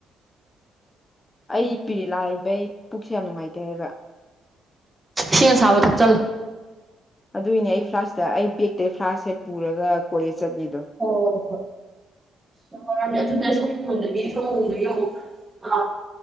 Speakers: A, on the left (about 20°); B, on the right (about 15°).
A: ꯑꯩ ꯄꯤꯔꯠ ꯂꯥꯛꯏꯕꯩ ꯄꯨꯛꯁꯦ ꯌꯥꯝ ꯅꯨꯡꯉꯥꯏꯇꯦ ꯍꯥꯏꯕ
B: ꯏꯁꯤꯡ ꯑꯁꯥꯕ ꯊꯛꯆꯜꯂꯨ
A: ꯑꯗꯨꯏꯅꯦ ꯑꯩ ꯐ꯭ꯂꯥꯁꯇ ꯑꯩ ꯕꯦꯛꯇꯩ ꯐ꯭ꯂꯥꯁ ꯁꯦ ꯄꯨꯔꯒ ꯀꯣꯂꯦꯖ ꯆꯠꯂꯤꯗꯣ
B: ꯍ ꯍꯣꯏꯝ ꯑꯗꯨꯅ ꯁꯣꯝꯗꯒꯤ ꯁꯣꯂꯝꯗꯒꯤ ꯑꯃꯨꯛ <inaudible> ꯑ